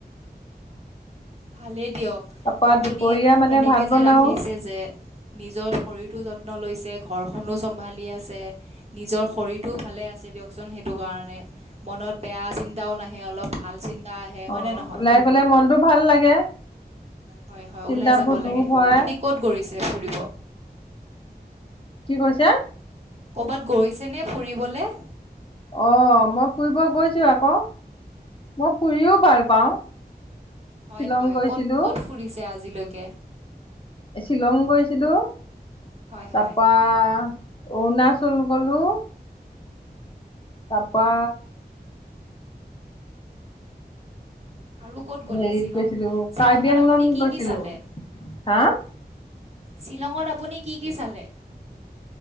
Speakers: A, on the right (about 40°); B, on the left (about 30°).
A: ভালেই দিয়ক
B: তাৰপা
A: আপুনি
B: দুপৰীয়া মানে
A: সেনেকে
B: ভাত বনাও
A: যে ৰাখিছে যে নিজৰ শৰীৰটো যত যত্ন লৈছে ঘৰখনো চম্ভালি আছে নিজৰ শৰীৰটো ভালে আছে দিয়কচোন সেইটো কাৰণে মনত বেয়া চিন্তাও নাহে অলপ ভাল আহে হয়
B: অ
A: নে নহয়
B: ওলাই গ'লে মনটো ভাল লাগে।
A: হয় হয়
B: চিন্তাবোৰ
A: উলাই যাব
B: দূৰ
A: লাগে
B: হয়
A: আপুনি ক'ত গৈছে ফুৰিব?
B: কি কৈছে?
A: কৰ'বাত গৈছেনে ফুৰিবলে
B: অ মই ফুৰিব গৈছোঁ আকৌ মই ফুৰিও ভাল পাওঁ।
A: হয়
B: শ্বিলং
A: হয়
B: গৈছিলো
A: ক'ত ক'ত ফুৰিছে আজি লৈকে
B: শ্বিলং গৈছিলো
A: হয়
B: তাপা
A: হয়
B: অ না চল ব'লো পা
A: আৰু ক'ত গ'লে
B: হেৰিত
A: শ্বিলং
B: গৈছিলো
A: শ্বিলঙত
B: কাৰ্বি আংলং
A: আপুনি কি
B: গৈছিলো
A: কি চালে
B: হা
A: শ্বিলঙত আপুনি কি কি চালে